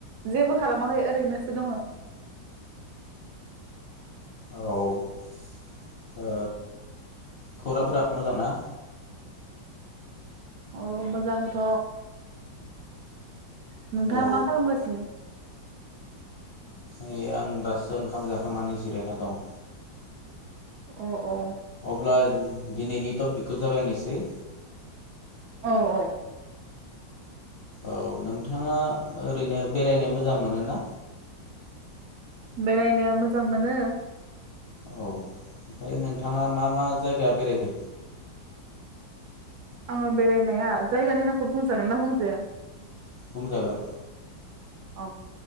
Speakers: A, on the right (about 70°); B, on the left (about 55°).
A: जेबो खालामाखै ओरैनोसो दङो।
B: औ ओ खौरांफोरा मोजां ना?
A: औ मोजांथ'। नोंथाङा
B: औ
A: मा खालामगासिनो?
B: नै आं दासो ओंखाम जाखांनानै जिरायना दं।
A: अ अ
B: अब्ला दिनैनि टपिकखौ जागायनोसै
A: औ औ
B: औ नोंथाङा ओरैनो बेरायनो मोजां मोनो ना?
A: बेरायनो मोजां मोनो।
B: औ ओमफ्राय नोंथाङा मा मा जायगायाव बेरायहै
A: आङो बेरायनाया जायगानि नामखौ बुंजागोनना बुंजाया?
B: बुंजागोन।
A: औ